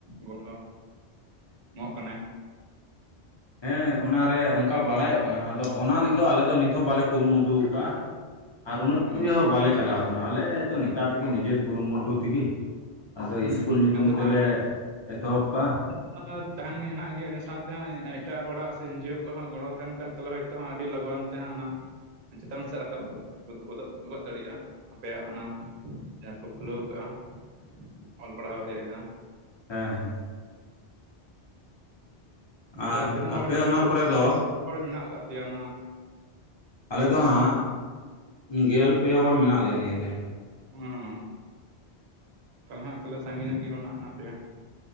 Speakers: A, on the right; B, on the left.
A: ᱜᱚᱲᱚ, ᱮᱢᱚᱜ ᱠᱟᱱᱟᱭ ᱾
B: ᱦᱮᱸ ᱚᱱᱟᱨᱮ ᱚᱱᱠᱟ ᱵᱟᱲᱟᱭᱚᱜ ᱠᱟᱱᱟ ᱟᱫᱚ ᱚᱱᱟ ᱞᱟᱹᱜᱤᱫ ᱫᱚ ᱟᱞᱮ ᱫᱚ ᱱᱤᱛ ᱦᱚᱸ ᱵᱟᱞᱮ ᱠᱩᱨᱩᱢᱩᱴᱩ ᱠᱟᱜᱼᱟ ᱾ ᱟᱨ ᱩᱱᱟᱹᱜ
A: ᱚ
B: <inaudible> ᱵᱟᱞᱮ ᱪᱟᱞᱟᱣ ᱠᱟᱱᱟ ᱟᱞᱮ ᱫᱚ ᱱᱚᱝᱠᱟ ᱛᱮᱜᱮ ᱱᱤᱡᱮᱨ ᱠᱩᱨᱩᱢᱩᱴᱩ ᱛᱮᱜᱮᱼᱼ ᱟᱫᱚ
A: ᱦᱩᱸ
B: ᱤᱥᱠᱩᱞ
A: ᱦᱩᱸ
B: ᱧᱩᱛᱩᱢ
A: ᱟᱫᱚ
B: ᱛᱮᱞᱮ ᱮᱛᱚᱦᱚᱵ ᱠᱟᱜᱼᱟ ᱾
A: <inaudible> ᱛᱟᱸᱦᱮᱱ ᱜᱮ ᱦᱮᱱᱟᱜ ᱜᱮᱭᱟ ᱤᱱᱟᱹ ᱥᱟᱶᱛᱮ ᱦᱚᱸ ᱮᱴᱟᱜ ᱦᱚᱲᱟᱜ ᱥᱮ ᱮᱱᱡᱤᱭᱳ ᱠᱚᱣᱟᱜ ᱦᱚᱸ ᱜᱚᱲᱚ ᱛᱟᱸᱦᱮᱱ ᱠᱷᱟᱱ ᱛᱟᱞᱮ ᱦᱳᱭ ᱛᱚᱼᱼ ᱛᱮᱦᱚᱸ ᱟᱹᱰᱤ ᱞᱚᱜᱚᱱ ᱛᱮᱦᱟᱸᱜ ᱚᱱᱟᱼᱼ ᱪᱮᱛᱟᱱ ᱥᱮᱫ ᱨᱟᱠᱟᱵ ᱜᱚᱫ ᱜᱚᱫᱚᱜ ᱜᱚᱫ ᱫᱟᱲᱮᱭᱟᱜᱼᱟ ᱟᱯᱮᱭᱟᱜ ᱚᱱᱟ ᱡᱟᱦᱟᱸ ᱯᱮ ᱠᱷᱩᱞᱟᱹᱣ ᱠᱟᱜᱼᱟ ᱾
B: <inaudible>
A: ᱚᱞ ᱯᱟᱲᱦᱟᱣ ᱨᱮᱭᱟᱜ ᱡᱟᱦᱟᱸᱼᱼ
B: ᱦᱮᱸ ᱦᱮᱸ ᱾
A: ᱟᱫᱚ ᱛᱟᱦᱚᱞᱮ
B: ᱟᱨ
A: ᱛᱤᱱᱟᱹᱜ ᱦᱚᱲ
B: ᱟᱯᱮ
A: ᱯᱮ
B: ᱚᱱᱟ
A: ᱛᱤᱱᱟᱹᱜ
B: ᱠᱚᱨᱮ ᱫᱚᱼᱼ
A: ᱦᱚᱲ ᱢᱮᱱᱟᱜ ᱟᱠᱟᱫ ᱯᱮᱭᱟ ᱚᱱᱟᱼᱼ
B: ᱟᱞᱮ ᱫᱚ ᱦᱟᱸᱜ, ᱜᱮᱞ ᱯᱮ ᱦᱚᱲ ᱢᱮᱱᱟᱜ ᱞᱮᱭᱟ ᱱᱤᱭᱟᱹᱨᱮ ᱾
A: ᱚᱸ, ᱛᱟᱦᱚᱞᱮ ᱦᱟᱸᱜ ᱛᱟᱦᱚᱞᱮ ᱥᱟᱸᱜᱮ ᱧᱚᱜ ᱜᱮ ᱦᱚᱲ ᱦᱮᱱᱟᱜ ᱯᱮᱭᱟ ᱾